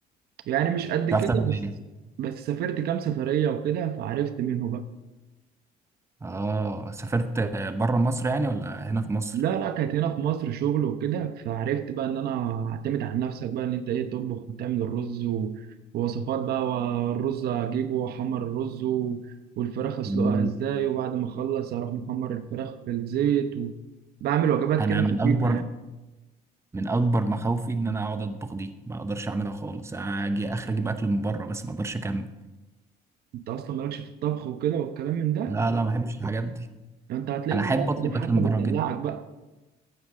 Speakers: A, on the right; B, on the right.
A: يعني مش قد
B: تعرف
A: كده
B: تعمل
A: بس
B: ايه
A: بس سافرت كام سفريه وكده فعرفت منه بقى
B: اه سافرت بره مصر يعني ولا هنا في مصر
A: لا لا كانت هنا في مصر شغل وكده فعرفت بقى ان انا اعتمد على نفسك بقى ان انت ايه تطبخ وتعمل الرز و- ووصفات بقى والرز اجيبه واحمر الرز و- والفراخ اسلقها
B: مم.
A: ازاي وبعد ما اخلص اروح محمر الفراخ في الزيت و... بعمل وجبات
B: انا
A: كده
B: من
A: خفيفة
B: اكبر
A: يعني
B: من اكبر مخاوفي ان انا اقعد اطبخ دي ما اقدرش اعملها خالص انا اجي اخر اجيب اكل من بره بس ما اقدرش اكمل
A: انت اصلا مالكش في الطبخ وكده والكلام من ده
B: لا لا ما بحبش الحاجات دي
A: يعني انت هتلاقيك
B: انا
A: بقى
B: احب
A: قاعد
B: اطلب
A: الحاجة
B: اكل من
A: بتدلعك
B: بره جدا
A: بقى